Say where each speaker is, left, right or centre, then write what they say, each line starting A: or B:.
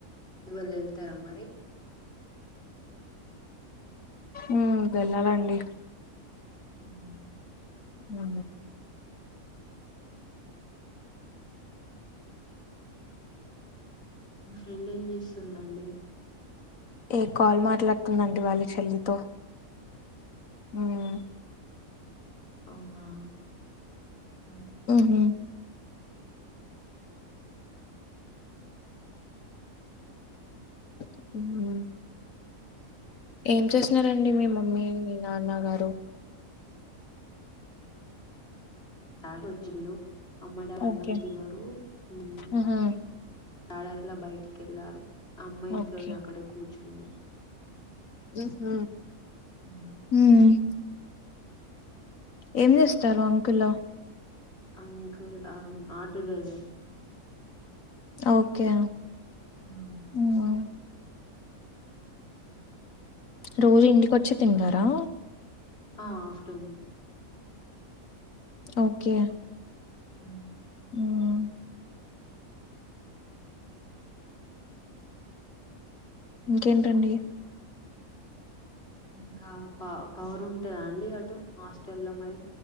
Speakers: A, on the left; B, on the left.
A: ఇవాళ ఎళ్తారా మరి
B: ఉమ్మ్ వెళ్లాలండి
A: ఉమ్
B: ఆ
A: మీ ఫ్రెండ్ ఏం చేస్తుందండి
B: ఏ కాల్ మాట్లాడుతుందండి వాళ్ళ చెల్లితో మ్
A: అవునా ఓ
B: మ్ హు మ్ ఏం చేస్తున్నారండి మీ మమ్మీ మీ నాన్న గారు
A: తాగొచ్చిల్ళు అమ్మడడ్ అన్నం
B: ఓకే
A: తినరు మ్
B: ఉహు
A: డాడి అట్లా బయటికిెళ్లారు ఆ అమ్మ ఇంట్లోనే
B: ఓకే
A: అక్కడ కూర్చుంది
B: మ్ హు
A: ఉమ్
B: మ్ ఏం చేస్తారు అంకుల్
A: అంకుల్ అం ఆటో డ్రైవర్
B: ఓకే
A: మ్ మ్
B: ఉమ్ రోజు ఇంటికోచ్చి తింటారా
A: ఆ ఆఫ్టర్నూన్
B: ఓకే
A: మ్
B: మ్ ఇంకేంటండి
A: ఇంకా ప పౌవర్ ఉంటదా అండి అటు హాస్టల్లో మరి